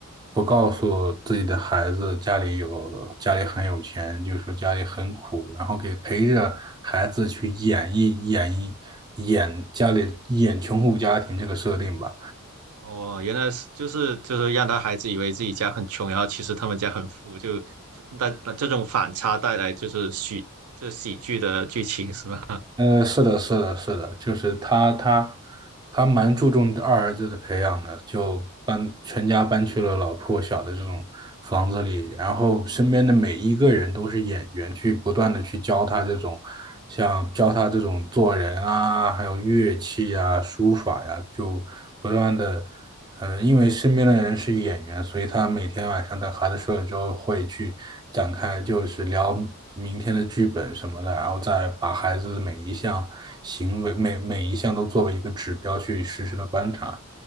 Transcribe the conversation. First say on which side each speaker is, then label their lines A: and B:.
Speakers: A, on the right; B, on the right.
A: 不告诉自己的孩子家里有家里很有钱，就说家里很苦，然后给陪着孩子去演绎演绎演家里演穷苦家庭这个设定吧。
B: 哦，原来是就是就是让他孩子以为自己家很穷，然后其实他们家很富，就那那这种反差带来就是喜这喜剧的剧情是吧？
A: 呃，是的，是的，是的，就是他，他，他蛮注重二儿子的培养的，就搬全家搬去了老破小的这种房子里，然后身边的每一个人都是演员，去不断的去教他这种，像教他这种做人啊，还有乐器啊、书法呀、就不断的。呃，因为身边的人是演员，所以他每天晚上等孩子睡了之后，会去展开，就是聊明天的剧本什么的，然后再把孩子的每一项行为、每每一项都作为一个指标去实时的观察，